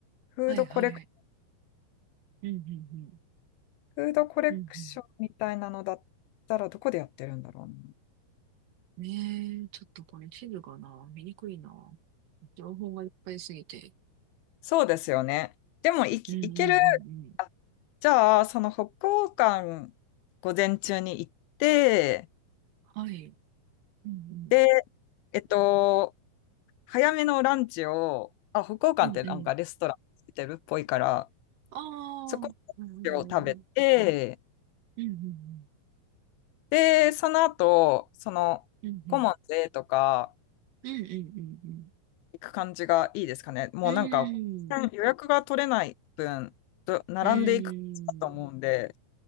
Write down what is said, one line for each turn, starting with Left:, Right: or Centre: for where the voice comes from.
Left: フードコレク、
Right: はいはい。うんうんうん。
Left: フードコレクションみたいなのだったら、
Right: うんうん
Left: どこでやってるんだろうな。
Right: ねえ、ちょっとこれ地図がな、見にくいな。情報がいっぱいすぎて。
Left: そうですよね。でも、いき、
Right: うんうんうんうん。
Left: いける。あじゃあ、その北欧館、午前中に行って、
Right: はい。うんうん。
Left: でえっと、早めのランチを、あ、北欧館ってなんかレストランついてるっぽいから、
Right: うんうん。ああ、
Left: そこでランチを食べて、
Right: なるほど、なるほど。うんうん
Left: で、その後、その、
Right: うん。うんうん。
Left: コモンズとか
Right: うんうんうん
Left: 行く感じがいいですかね。もうなんか、
Right: うん。うーん。
Left: 予約が取れない分、ど並んでいくと思うんで、
Right: うーん。